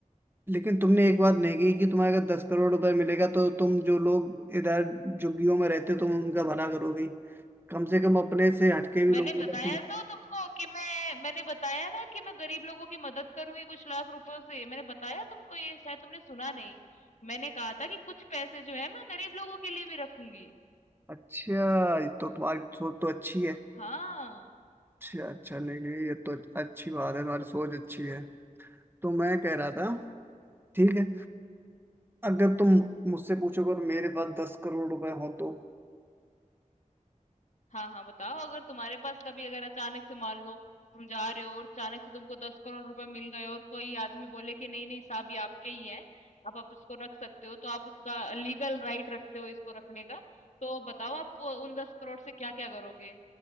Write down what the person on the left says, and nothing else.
मैंने
बताया
तो तुमको कि मैं मैंने बताया ना कि मैं गरीब लोगों की मदद करूंगी कुछ लाख रुपयों से मैंने बताया तुमको ये शायद तुमने सुना नहीं मैंने कहा था कि कुछ पैसे जो है मैं गरीब लोगों के लिए भी रखूंगी
हाँ
हाँ हाँ बताओ अगर तुम्हारे पास कभी अगर अचानक से मान लो तुम जा रहे हो और अचानक से तुमको दस करोड़ रुपए मिल गए और कोई आदमी बोले कि नहीं नहीं साहब ये आपके ही है आप आप इसको रख सकते हो तो आप इसका लीगल राइट रखते हो इसको रखने का तो बताओ आप उन दस करोड़ से क्या क्या करोगे